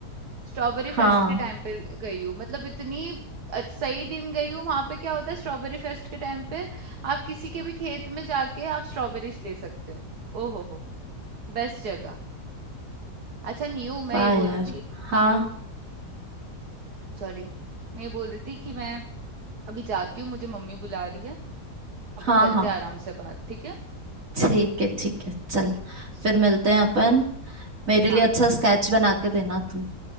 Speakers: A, on the right (about 65°); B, on the right (about 50°).
A: स्ट्रॉबेरी
B: हाँ
A: फेस्ट के टाइम पे गई हूँ मतलब इतनी अ- सही दिन गई हूँ वहां पे क्या होता है स्ट्रॉबेरी फेस्ट के टाइम पे आप किसी के भी खेत में जाके आप स्ट्रॉबेरीज ले सकते हो ओ हो हो बेस्ट जगह अच्छा न्यू मैं
B: वाह
A: ये बोल
B: यार
A: रही थी
B: हाँ
A: सॉरी मैं ये बोल रही थी कि मैं अभी जाती हूँ मुझे मम्मी बुला रही है अपन
B: हाँ
A: करते
B: हाँ
A: हैं आराम से बात ठीक है
B: ठीक है ठीक है चल
A: चल
B: फिर मिलते हैं अपन मेरे
A: हाँ
B: लिए अच्छा स्केच बना के देना तू